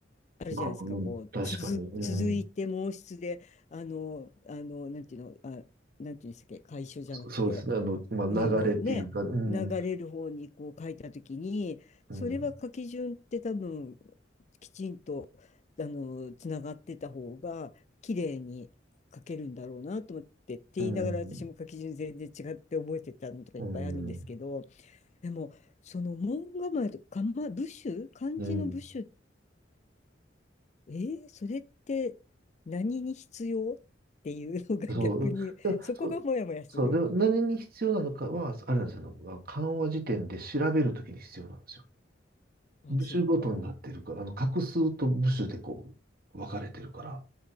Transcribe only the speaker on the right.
まあ、うん、
確かに、
うん。
そそうですね。あの、まあ、
流れっていうか、
うん、
うん、
うん、うん、
うん。
そう、でも、
そう、そう、でも何に必要なのかは、あれなんですよ、あの漢和辞典で調べるときに必要なんですよ。
部首ごとになってるから、
あの、画数と部首でこう、分かれてるから、